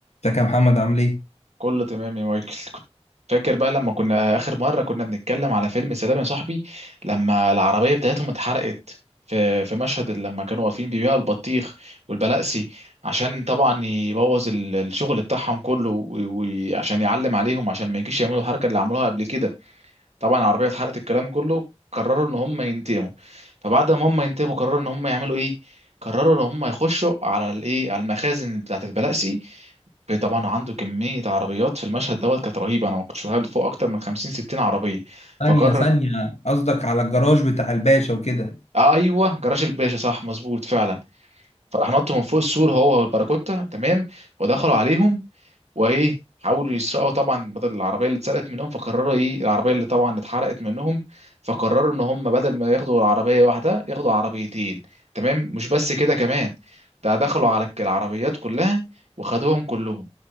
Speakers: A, on the left; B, on the right.
A: ازيك يا محمد عامل ايه؟
B: كله تمام يا مايكل كنت فاكر بقى لما كنا آخر مرة كنا بنتكلم على فيلم سلام يا صاحبي لما العربية بتاعتهم اتحرقت في في مشهد لما كانوا واقفين بيبيعوا البطيخ والبلاقسي عشان طبعا يبوظ ال- الشغل بتاعهم كله و- وعشان يعلم عليهم عشان ما يجيش يعملوا الحركة اللي عملوها قبل كده طبعا العربيه اتحرقت الكلام كله قرروا ان هم ينتقموا فبعد ما هم ينتقموا قرروا ان هم يعملوا ايه قرروا ان هم يخشوا على الايه على المخازن بتاعه البلاسي طبعا عنده كميه عربيات في المشهد دوت كانت رهيبه انا ما كنتش متخيل فوق اكتر من 50 60 عربيه
A: ثانية
B: فقرر
A: ثانية قصدك على الجراج بتاع الباشا وكده
B: آه ايوه جراج الباشا صح مظبوط فعلا فراح نطوا من فوق السور هو والباراكوتا تمام ودخلوا عليهم وايه حاولوا يسرقوا طبعا بدل العربيه اللي اتسرقت منهم فقرروا ايه العربيه اللي طبعا اتحرقت منهم فقرروا ان هم بدل ما ياخدوا العربيه واحده ياخدوا عربيتين تمام مش بس كده كمان ده دخلوا على الك- العربيات كلها وخدوهم كلهم